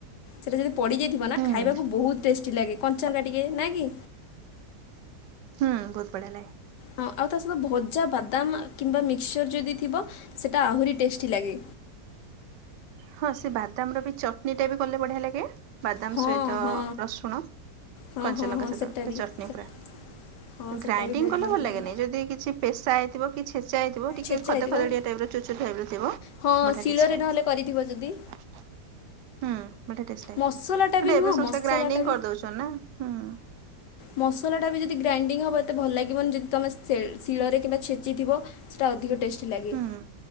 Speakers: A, on the left; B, on the right.
A: ସେଟା ଯଦି ପଡିଯାଇଥିବ ନା
B: ହୁଁ।
A: ଖାଇବାକୁ ବହୁତ ଟେ ଲାଗ କି କଞ୍ଚହେଲା ଟିକେ ନାଇ କି।
B: ହୁଁ ବହୁତ ବଢିଆ ଲାଗେ।
A: ହଁ ଆଉ ତା ସହିତ ଭଜା ବାଦାମ କିମ୍ବା ମିକ୍ସଚର୍ ଯଦି ଥିବ ସେଇଟା ଆହୁରି ଟେଷ୍ଟି ଲାଗେ।
B: ହଁ ସେ ବାଦାମ ର ବି ଚଟଣି ଟା ବି ଗଲେ ବଢିଆ ଲାଗେ। ବାଦାମ
A: ହଁ
B: ସହିତ
A: ହଁ
B: ରସୁଣ
A: ହଁ
B: କଞ୍ଚାଲଙ୍କା
A: ହଁ ହଁ
B: ସହିତ
A: ସେଟା
B: ଟିକେ
A: ବି
B: ଚଟଣି
A: ସେ-
B: ପୁରା।
A: ହଁ
B: ଗ୍ରାଇଡିଙ୍ଗ
A: ସେଟା ବି ବହୁତ
B: କଲେ
A: ବଢ଼ିଆ
B: ଭଲ ଲାଗେନି
A: ଲାଗେ
B: ଯଦି କିଛି। ପେସା ହେଇଥିବ କି ଛେଚା ହେଇଥିବ ଟିକେ
A: ଛେଚା
B: ଖଦ
A: ହେଇଥିବ
B: ଖଦଡିଆ ଟାଇପ ର ଚୋଚୋ ଟାଇପ ର ଥିବ।
A: ହଁ
B: ବଢିଆ
A: ଶିଳରେ
B: ଟେଷ୍ଟ ଲାଗେ।
A: ନହେଲେ କରିଥିବ ଯଦି।
B: <inaudible> ହୁଁ ବଢ଼ିଆ ଟେଷ୍ଟ ଲାଗେ
A: ମସଲାଟା ବି ନୁହଁ
B: ଏବେ ସମସ୍ତେ
A: ମସଲାଟା
B: ଗ୍ରାଇଣ୍ଡିଙ୍ଗ କରିଦଉଛନ୍ତି ନା ହଁ।
A: ମସଲା ଟା ବି ଯଦି ଗ୍ରାଇଣ୍ଡିଙ୍ଗ ହବ ଏତେ ଭଲ ଲାଗିବନି ଯଦି ତମେ ଶୀଳରେ କିମ୍ୱା। ଛେଚିଥିବ ସେଇଟା ଅଧିକ ଟେଷ୍ଟି ଲାଗେ।
B: ହୁଁ।